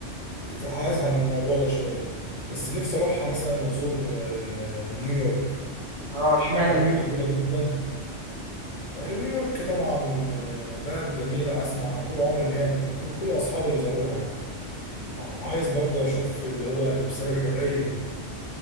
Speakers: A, on the left; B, on the right.
A: إذا هزهق من الموضوع ده شويه بس نفسي اروحها مثلا وازور آه، نيويورك
B: اه اشمعنى
A: بلد
B: اليونان
A: جميله جدا آه، نيويورك طبعا آه، بلد جميله اسمع طول عمري ان هي من كل كل اصحابي اللي زاروها يعني عايز برضه اشوف اللي هو تمثال الحريه